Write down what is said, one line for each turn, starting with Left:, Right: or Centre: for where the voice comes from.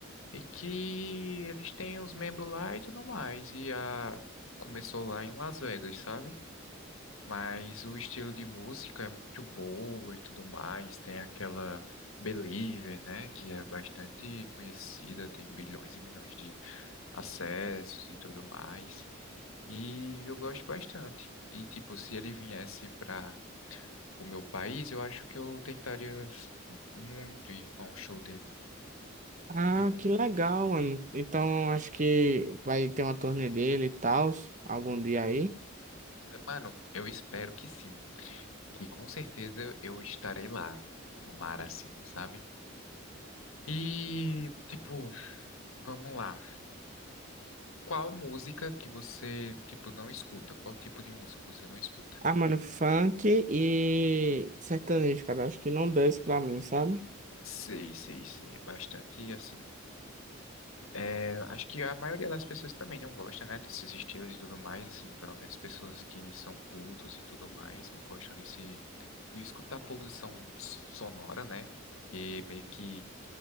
Left: e que eles têm uns membros lá e tudo mais. E a... começou lá em Las Vegas, sabe? Mas o estilo de música é muito boa e tudo mais. Tem aquela Believer, né? Que é bastante conhecida, tem bilhões e bilhões de acessos e tudo mais. E eu gosto bastante. E, tipo, se ele viesse para o meu país, eu acho que eu tentaria muito ir para um show dele.
Right: Ah,
Left: E,
Right: que legal, mano. Então, acho que vai ter uma turnê dele e tal, algum dia aí.
Left: mano, eu espero que sim. Que com certeza eu estarei lá. Tomara assim, sabe? E, tipo, vamos lá. Qual música que você, tipo, não escuta? Qual tipo de música você não escuta?
Right: Ah, mano, funk e sertanejo, cara. Acho que não desce pra mim, sabe?
Left: Sei, sei, sei. É bastante assim. É, acho que a maioria das pessoas também não gosta, né, desses estilos e tudo mais, assim, pelo menos pessoas que são cultos e tudo mais, não gostam desse, de escutar poluição sonora, né, que meio que